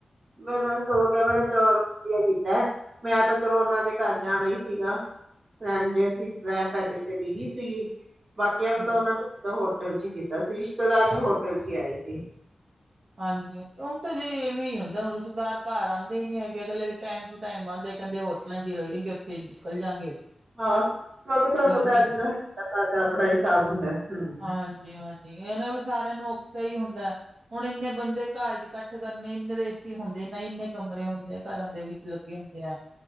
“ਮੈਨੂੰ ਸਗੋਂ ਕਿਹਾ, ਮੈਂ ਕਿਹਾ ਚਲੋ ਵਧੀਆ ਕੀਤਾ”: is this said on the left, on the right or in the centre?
Right